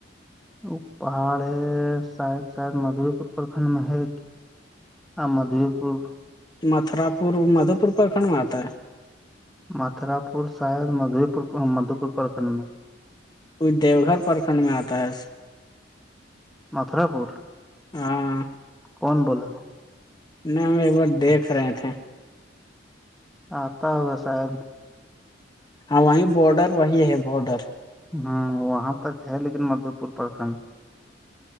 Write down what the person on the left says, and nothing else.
متھرا پور مدوپور پرکھنڈ میں آتا ہے
کوئی دیو گھر پرکھنڈ میں آتا ہے
ہاں
نہیں ہم ایک بار دیکھ رہے تھے
ہاں وہیں بارڈر وہی ہے بارڈر